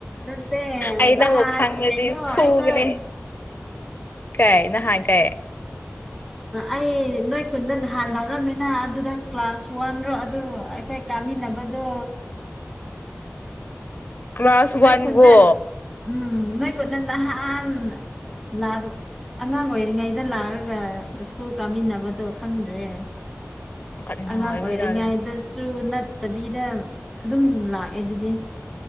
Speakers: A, in the centre; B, on the left.
A: ꯅꯠꯇꯦ
B: ꯑꯩ
A: ꯅꯍꯥꯟ
B: ꯅꯪꯕꯨ ꯈꯪꯂꯗꯤ
A: ꯀꯩꯅꯣ
B: ꯐꯨꯒꯅꯤ
A: ꯑꯩꯈꯣꯏ
B: ꯀꯥꯏ ꯅꯍꯥꯟ ꯀꯥꯏ
A: ꯑꯩ ꯅꯣꯏ ꯈꯨꯨꯟꯗ ꯅꯍꯥꯟ ꯂꯥꯛꯔꯝꯃꯦꯅ ꯑꯗꯨꯗ ꯀ꯭ꯂꯥꯁ ꯋꯥꯟꯔꯣ ꯑꯗꯨ ꯀꯃꯤꯟꯅꯕꯗꯣ
B: ꯀ꯭ꯂꯥꯁ
A: ꯅꯣꯏ
B: ꯋꯥꯟꯕꯨ
A: ꯈꯨꯟꯅ ꯎꯝ ꯅꯣꯏ ꯈꯨꯟꯗ ꯅꯍꯥꯟ ꯂꯥꯛ ꯑꯉꯥꯡ ꯑꯣꯏꯔꯤꯉꯩꯗ ꯂꯥꯛꯔꯒ ꯏꯁꯀꯨꯜ ꯀꯥꯃꯤꯟꯅꯕꯗꯣ ꯈꯪꯗ꯭ꯔꯦ
B: ꯀꯅꯥ
A: ꯑꯉꯥꯡ
B: ꯑꯣꯏꯕꯖꯥꯠꯂ
A: ꯑꯣꯏꯔꯤꯉꯩꯗꯁꯨ ꯅꯠ ꯅꯠꯇꯕꯤꯗ ꯑꯗꯨꯝ ꯂꯥꯛꯑꯦ ꯗꯨꯗꯤ